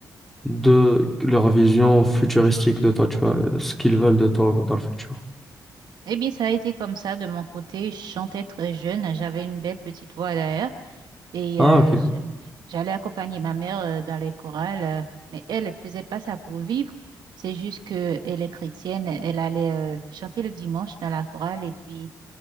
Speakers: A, in the centre; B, on the right.
A: de leur vision futuristique de toi, tu vois, ce qu'ils veulent de toi dans le futur.
B: Eh bien, ça a été comme ça de mon côté. Je chantais très jeune, j'avais une belle petite voix d'ailleurs, et
A: Ah,
B: euh,
A: ok.
B: je- j'allais accompagner ma mère euh, dans les chorales. euh, mais elle, elle faisait pas ça pour vivre. C'est juste que elle est chrétienne, elle allait euh, chanter le dimanche dans la chorale et puis